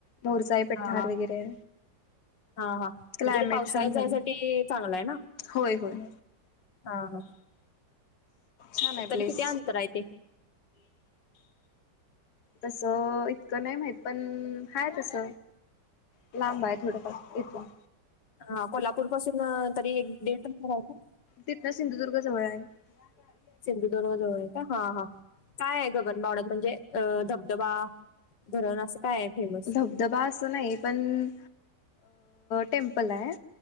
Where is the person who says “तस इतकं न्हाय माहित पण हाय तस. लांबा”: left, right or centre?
Left